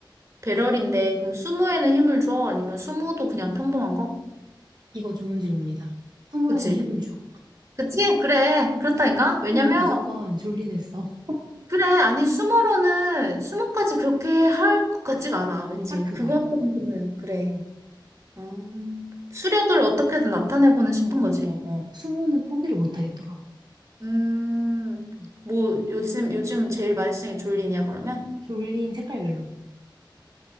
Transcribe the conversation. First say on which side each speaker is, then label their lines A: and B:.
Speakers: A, on the right; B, on the right.
A: 배럴인데 그럼 수무에는 힘을 줘? 아니면 수무도 그냥 평범한 거?
B: 이거 좋은 질문이다. 수모에는
A: 그치?
B: 힘을 줘.
A: 그치? 그래. 그렇다니까?
B: 수모는
A: 왜냐면,
B: 무조건 졸린 일 써. <laughs>
A: 그래. 아니, 수모로는, 수모까지 그렇게 할 것 같지가 않아. 왠지.
B: 딱 그거야.
A: 그거 정도는, 그래.
B: 어.
A: 음, 수력을 어떻게든 나타내고는 싶은
B: 어, 어, 어,
A: 거지.
B: 어. 수모는 포기를 못 하겠더라고.
A: 음,
B: 음.
A: 뭐, 요즘, 요즘 제일 많이 쓰는 게 졸린이야, 그러면?
B: 졸린 색깔별로.